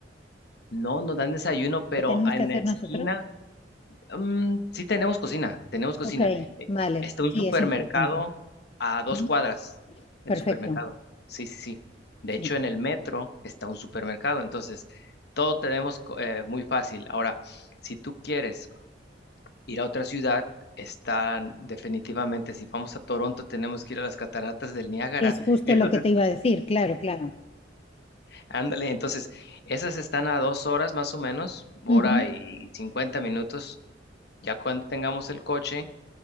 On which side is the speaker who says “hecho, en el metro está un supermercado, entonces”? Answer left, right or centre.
Left